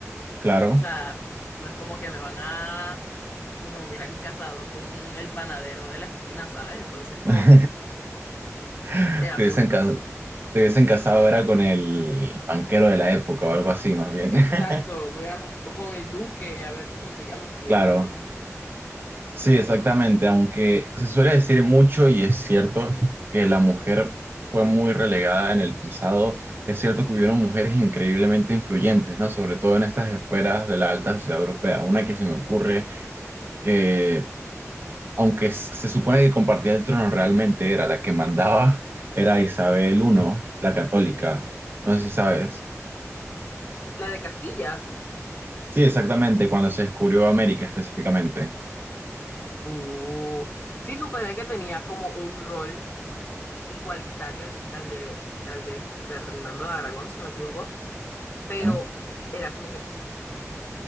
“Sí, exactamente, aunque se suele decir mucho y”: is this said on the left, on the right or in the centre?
Right